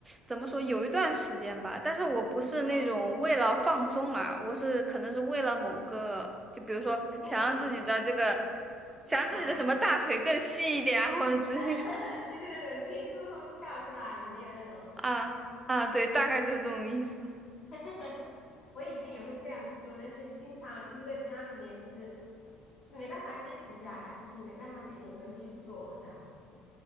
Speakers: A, on the right; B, on the left.
A: 怎么说？有一段时间吧，但是我不是那种为了放松啊，
B: 哦，
A: 我是可能是为了某个，就比如说想让自己的这个，
B: 是目的就是
A: 想让自己的什么大腿更细一点啊，
B: 身材，
A: 或者之类的。
B: <laughs> 就是那种前凸后翘是吧？有没有那种？
A: 啊啊，对，大概就是这种意思。
B: <laughs> 我以前也会这样子做，但是经常就是在家里面，就是没办法坚持下来，就是没办法每天都去做这样。